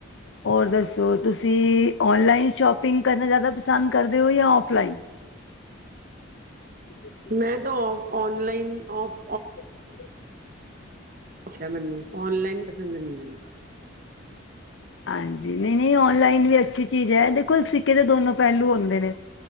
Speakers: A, on the left; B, on the right.
A: ਹੋਰ ਦੱਸੋ ਤੁਸੀਂ ਓਨਲਾਈਨ ਸ਼ੋਪਿੰਗ ਕਰਨਾ ਜ਼ਿਆਦਾ ਪਸੰਦ ਕਰਦੇ ਹੋ ਜਾਂ ਆਫਲਾਈਨ। ਹ <inaudible>
B: ਮੈਂ ਤਾਂ ਔਫ ਔਨਲਾਈਨ ਔਫ
A: <inaudible>
B: ਪਸੰਦ ਹੈ ਮੈਨੂੰ ਔਨਲਾਈਨ ਪਸੰਦ ਨੀ ਮੈਨੂੰ।
A: ਹਾਂਜੀ ਨਹੀਂ-ਨਹੀਂ ਔਨਲਾਈਨ ਵੀ ਅੱਛੀ ਚੀਜ਼ ਹੈ ਦੇਖੋ ਸਿੱਕੇ ਦੇ ਦੋਨੋ ਪਹਿਲੂ ਆਉਂਦੇ ਨੇ।